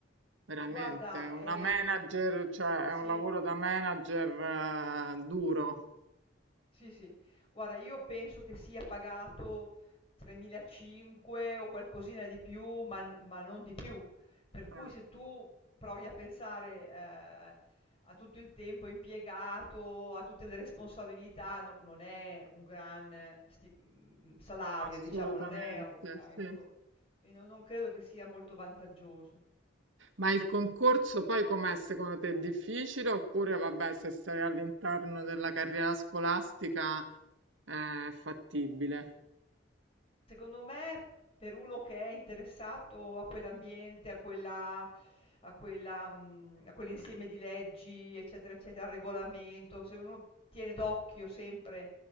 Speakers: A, on the right; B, on the left.
A: veramente.
B: Guarda,
A: Una
B: ehm
A: manager, cioè
B: sì.
A: è un lavoro da manager eh, duro,
B: Sì, sì. Guarda, io penso che sia pagato 3.500 o qualcosina di più, ma, n- ma non di più. Per cui
A: eh,
B: se tu provi a pensare, eh, a tutto il tempo impiegato, a tutte le responsabilità, no- non è un gran eh, sti- mm, salario,
A: assolutamente,
B: diciamo, non è un- ecco.
A: sì.
B: Quindi non non credo che sia molto vantaggioso.
A: Ma il concorso poi com'è secondo te? È difficile oppure vabbè, se sei all'interno della carriera scolastica eh, è fattibile?
B: Secondo me, per uno che è interessato a quell'ambiente, a quella a quella mhmm, a quell'insieme di leggi, eccetera, eccetera, al regolamento, se uno tiene d'occhio sempre,